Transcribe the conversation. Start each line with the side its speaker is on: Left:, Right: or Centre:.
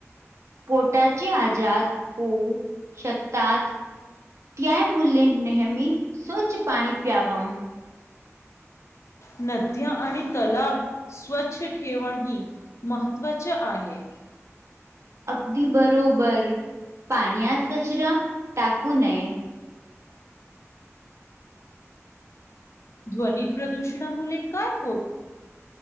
Right: पोटांचे आजारं होऊ शकतात. त्या मूले नेहमी स्वंच्छ पाणी पियावं.
Left: नंद्या आणि तलांव स्वच्छ ठेवणं ही महत्त्वांच आहे.
Right: अंगदी बरोबरं पाण्यांत कचरा टाकू नये.
Left: ध्वनी प्रदूषणामुळेले काय होत